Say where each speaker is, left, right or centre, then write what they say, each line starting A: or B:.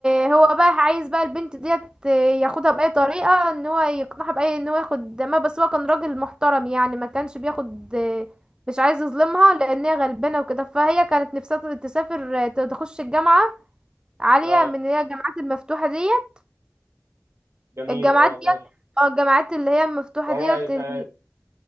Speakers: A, on the right; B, on the right.
A: آه، هو بقى عايز بقى البنت ديت آه، ياخدها بأي طريقة ان هو يقنعها بأي ان هو ياخد ما بس هو كان راجل محترم يعني ما كانش بياخد آه، مش عايز يظلمها لان هي غلبانة وكده فهي كانت نفسها تسافر آه، تخش الجامعة عالية
B: اه
A: من اللي هي الجامعات المفتوحة ديت
B: جميل
A: الجامعات
B: اه
A: ديت
B: ماشي
A: اه الجامعات اللي هي المفتوحة
B: فهو
A: ديت
B: ايه
A: ال-
B: سعادة